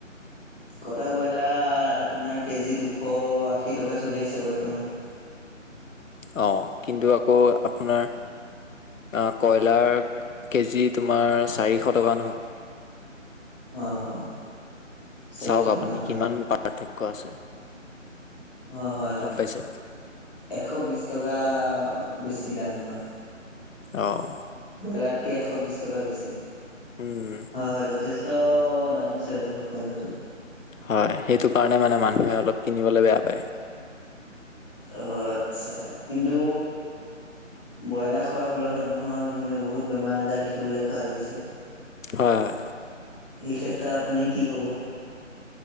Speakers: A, in the centre; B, on the left.
A: কটা ব্ৰইলাৰ আপোনাৰ কেজি দুশ আশী টকা চলি আছে বৰ্তমান।
B: অঁ, কিন্তু আকৌ আপোনাৰ- অঁ কয়লাৰ কেজি তোমাৰ চাৰিশ টকা নহয়।
A: অঁ হয়। চাৰিশ
B: চাওক আপুনি
A: টকা হয়
B: কিমান পাৰ্থক্য আছে।
A: অঁ হয়,
B: গম পাইছে
A: এশ বিছ টকা বেছি দাম হয়।
B: অঁ'
A: ব্ৰইলাৰতকে এশ বিশ টকা বেছি
B: উম,
A: হয় হয় যথেছ- ত দাম আছে বাৰু কয়লাৰটোত।
B: হয়, সেইটো কাৰণে মানে মানুহে অলপ কিনিবলে বেয়া পায়।।
A: অ' আৎচ্ছা কিন্তু, ব্ৰইলাৰ খোৱাৰ ফলত মানুহৰ কিন্তু বহুত বেমাৰ আজাৰ দেখিবলৈ পোৱা গৈছে।
B: হয় হয়।
A: এই ক্ষেত্ৰত আপুনি কি ক'ব?